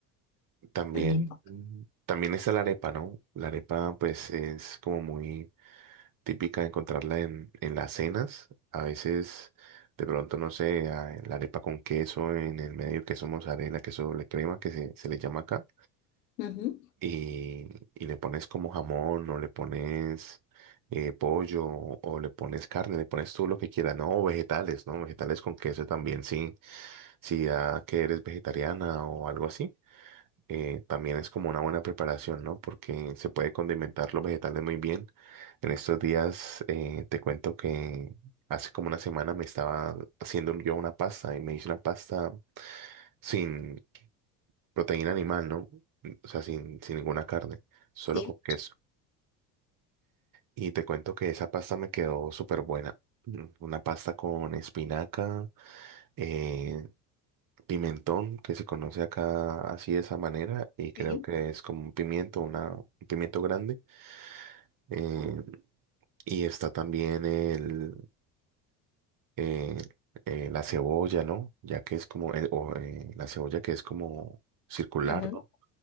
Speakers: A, on the right; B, on the left.
A: También,
B: También.
A: mm, también está la arepa, ¿no? La arepa pues es como muy típica de encontrarla en, en las cenas. A veces de pronto, no sé, a- la arepa con queso en el medio, queso mozzarella, queso doble crema que se, se le llama acá
B: Ujú.
A: y, y le pones como jamón o le pones eh, pollo o le pones carne, le pones tú lo que quieras, no, o vegetales, ¿no? Vegetales con queso también, sí. Si ya que eres vegetariana o algo así, eh, también es como una buena preparación, ¿no? Porque se puede condimentar los vegetales muy bien. En estos días eh, te cuento que hace como una semana me estaba haciendo yo una pasta y me hice una pasta sin proteína animal, ¿no? O sea, sin, sin ninguna carne, solo
B: Sí.
A: con queso. Y te cuento que esa pasta me quedó súper buena. Mm, Una pasta con espinaca, eh, pimentón, que se conoce acá así de esa manera, y creo
B: Sí.
A: que es como un pimiento, una, un pimiento grande. eh, y está también el, eh, eh, la cebolla, ¿no? Ya que es como, el- o, eh, la cebolla que es como circular,
B: Ujú.
A: ¿no?